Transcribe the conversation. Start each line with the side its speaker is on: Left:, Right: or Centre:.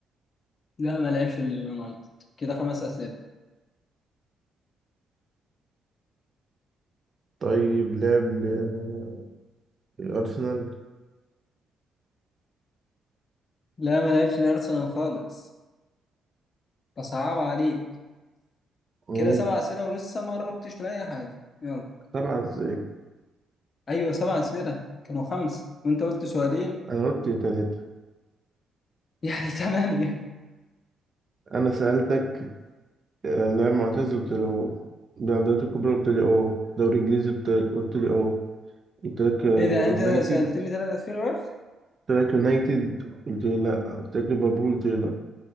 Left: لا ما لعبش اليونايتد كده خمس اسئله
Right: طيب لعب ل- الأرسنال
Left: لا ما لعبش الارسنال خالص أصعب عليك
Right: ماشي
Left: كده سبع أسئلة ولسه ما قربتش لأي حاجة يلا
Right: سبعة ازاي
Left: أيوة سبع أسئلة كانوا خمس وأنت قلت سؤالين
Right: أنا قلت تلاتة
Left: يعني <laughs> تمانية
Right: أنا سألتك آه، لاعب معتزل قلت لي اه لاعب دوري الكبرى قلت لي اه دوري إنجليزي قلت قلت لي اه قلت لك آه،
Left: إيه ده أنت
Right: يونايتد
Left: سألتني ثلاث أسئلة بس
Right: قلت لك يونايتد قلت لي لأ قلت لك ليفربول قلت لي لأ